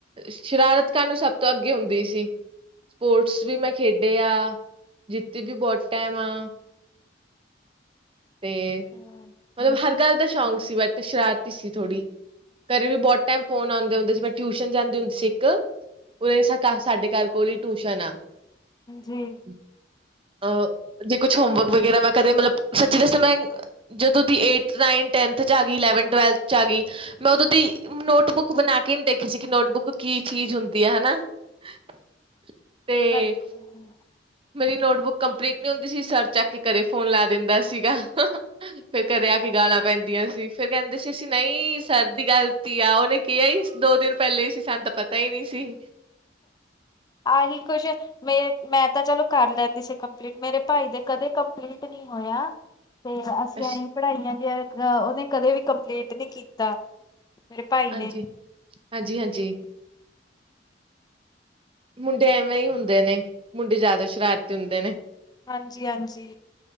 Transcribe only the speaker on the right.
ਸ਼ਰਾਰਤ ਕਰਨ ਨੂੰ ਸਭ ਤੋਂ ਅੱਗੇ ਹੁੰਦੀ ਸੀ ਸਪੋਰਟਸ ਵੀ ਮੈਂ ਖੇਡੇ ਆ, ਜਿੱਤੀ ਵੀ ਬਹੁਤ ਟਾਈਮ ਆ ਤੇ,
ਮਤਲਬ ਹਰ ਗੱਲ ਦਾ ਸ਼ੌਂਕ ਸੀ, ਬਟ ਸ਼ਰਾਰਤੀ ਸੀ ਥੋੜ੍ਹੀ, ਘਰੇ ਵੀ ਬੋਤ ਟਾਈਮ ਫੋਨ ਆਦੇ ਹੁੰਦੇ ਬ ਟਿਊਸ਼ਨ ਜਾਂਦੇ ਹੁੰਦੀ ਸੀ ਇੱਕ, ਉਹਨਾਂ ਨੇ ਸਾਡੇ ਘਰ ਕੋਲ ਈ ਟਿਊਸ਼ਨ ਆ
ਅਹ ਜੇ ਕੁਛ ਹੋਮਵਰਕ ਵਗੈਰਾ, ਮੈਂ ਕਦੇ ਮਤਲਬ ਸੱਚੀ ਦਸ ਮੈਂ ਜਦੋਂ ਦੀ ਏਥ, ਨਾਈਨ, ਟੈਨਥ ਚ ਆ ਗਈ, ਟਵੈਲਥ-ਟਵੈਲਥ ਚ ਆ ਗਈ ਮੈਂ ਉਦੋਂ ਦੀ ਨੋਟਬੁੱਕ ਬਣਾ ਕੇ ਨੀ ਦੇਖੀ ਸੀ ਕਿ ਨੋਟਬੁੱਕ ਕੀ ਚੀਜ਼ ਹੁੰਦੀ ਆ ਹਨਾ। <inaudible> ਤੇ,
ਮੇਰੀ ਨੋਟਬੁੱਕ ਕੰਪਲੀਟ ਨੀ ਹੁੰਦੀ ਸੀ, ਸਰ ਚੱਕ ਕੇ ਘਰੇ ਫੋਨ ਲੈ ਦਿੰਦਾ ਸੀਗਾ, ਫੇਰ ਘਰੇ ਆ ਕੇ ਗਾਲਾਂ ਪੈਂਦੀਆਂ ਸੀ ਫਿਰ ਕਹਿੰਦੇ ਸੀ, ਅਸੀ ਨਈ ਸਰ ਦੀ ਗਲਤੀ ਆ, ਉਹਨੇ ਕਿਹਾ ਈ ਦੋ ਦਿਨ ਪਹਿਲੇ ਸੀ ਸਾਨੂੰ ਤਾਂ ਪਤਾ ਈ ਨੀ ਸੀ
ਅਛ
ਹਾਂਜੀ। ਹਾਂਜੀ-ਹਾਂਜੀ
ਮੁੰਡੇ ਐਵੇਂ ਈ ਹੁੰਦੇ ਨੇ, ਮੁੰਡੇ ਜ਼ਿਆਦਾ ਸ਼ਰਾਰਤੀ ਹੁੰਦੇ ਨੇ।